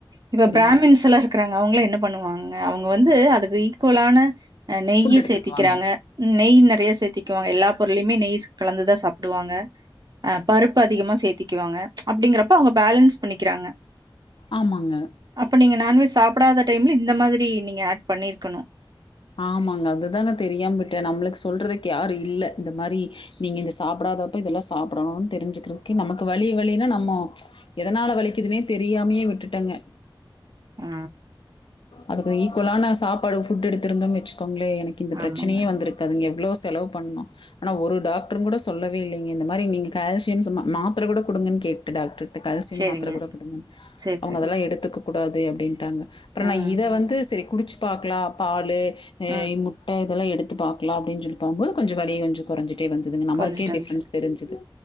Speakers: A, on the right; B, on the left.
A: இப்ப
B: சரிங்க.
A: பிராமின்ஸ் எல்லா இருக்றாங்க அவங்களா என்ன பண்ணுவாங்க அவங்க வந்து அதுக்கு ஈக்குவலான அ நெய்யி
B: ஃபுட் எடுத்துக்குவாங்க.
A: சேத்திக்கிறாங்க நெய் நெறைய சேத்திக்குவங்க எல்லா பொருளயுமே நெய்ஸ் கலந்துதா சாப்டுவாங்க பருப்பு அதிகமா சேத்திக்குவாங்க அப்டிங்கறப்போ அவங்க பேலன்ஸ் பண்ணிக்கிறாங்க
B: ஆமாங்க
A: அப்ப நீங்க நான்வெஸ் சாப்டாத டைம்ல இந்த மாதிரி நீங்க ஆட் பண்ணி இருக்கணு
B: ஆமாங்க அதுதான தெரியாம விட்டே நம்மளுக்கு சொல்றதுக்கு யாரு இல்ல இந்த மாரி நீங்க இந்த சாப்டாத எப்ப இதெல்லா சாப்டணு தெரிஞ்சிக்கறதுக்கே நமக்கு வலி வலினா நம்மோ எதனால வலிக்குதுனே தெரியாமயே விட்டுட்டங்க
A: ஆ
B: அதுக்கு ஈக்குவலான சாப்பாடு ஃபுட் எடுத்திருந்தோ வச்சுக்கோங்களே எனக்கு இந்த ப்ரச்சனயே
A: ஆமாங்க
B: வந்துருக் காதுங்க எவ்ளோ செலவு பண்ணோ ஆனா ஒரு டாக்டரு கூட சொல்லவே இல்லங்க இந்த மாரி நீங்க கால்சியம் சும்மா மாத்ர கூட குடுங்கன்னு கே ட்டே டாக்டர்ட்ட கால்சியம்
A: செரிங்க
B: மாத்ர கூட குடுங்கனு
A: செரி
B: அவுங்க
A: செரி
B: அதெல்லா எடுத்துக்கக் கூடாது அப்டின்டாங்க அப்றோ
A: ம்
B: நா இத வந்து செரி குடிச்சு பாக்கலா பாலு ஏ
A: ம்
B: முட்ட இதெல்லா எடுத்து பாக்லா அப்டி சொல்லி பாக்கும்போது கொஞ்ச வலி கொஞ்சோ கொறஞ்சிட்டே வந்துதுங்க நம்மளுக்கே
A: கொறஞ்சிட்டு வந்துச்சு.
B: டிப்ஃரன்ஸ் தெரிஞ்சுது